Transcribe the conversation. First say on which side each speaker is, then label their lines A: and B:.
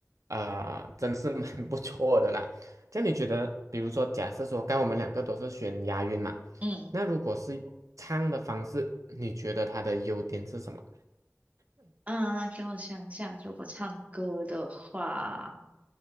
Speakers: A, on the right; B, on the right.
A: 啊，真是蛮不错的啦。这样你觉得，比如说，假设说，刚刚我们两个都是选押韵嘛，
B: 嗯
A: 那如果是用唱的方式，你觉得它的优点是什么？
B: 啊，给我想一下，如果唱歌的话。